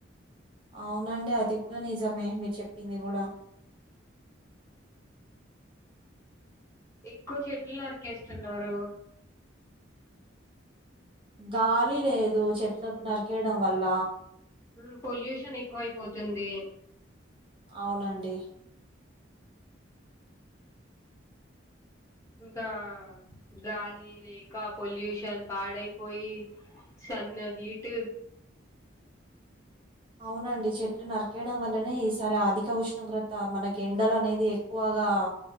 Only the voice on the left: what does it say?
ఎక్కువ చెట్లు నరికేస్తున్నారు
హ్ పొల్యూషన్ ఎక్కువైపోతుంది.
ఇంకా గాలి లేక పొల్యూషన్ పాడైపోయి సన్ హీట్